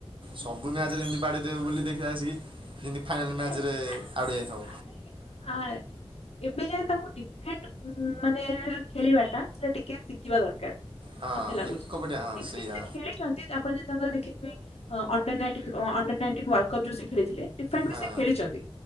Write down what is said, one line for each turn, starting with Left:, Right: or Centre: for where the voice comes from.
Right: ସବୁ ମ୍ୟାଚରେ ଏମତି ବାଦଡେଇଦବ ବୋଲି ଦେଖିବା ଆସିକି ଫାଇନାଲ ମ୍ୟାଚରେ
Left: ନାଇଁ ସିଏ ଆ-
Right: ଆଉଟ ହେଇଯାଇ ଥିବ।
Left: ଆ- ନାଇଁ ଆ ଏବେ ଯାଏ ତାକୁ ଡିଫରେଣ୍ଟ ଉ ମାନେ ଖେଳିବାଟା। ଟିକେ ଶିଖିବା ଦରକାର
Right: ହଁ
Left: ମତେ ଲାଗୁଛି
Right: ଏକପଟିଆ ହଁ
Left: କ୍ରିକେଟ
Right: ସେଇଆ
Left: ସେ ଖେଳି ଛନ୍ତି ଆପଣ ଯଦି ତାଙ୍କର ଦେଖିବେ। ସେ under nineteen under nineteen world cup ଜୋ ସେ ଖେଳିଥିଲେ ଡିଫେଣ୍ଡ
Right: ହଁ
Left: ବି ସେ ଖେଳିଛନ୍ତି।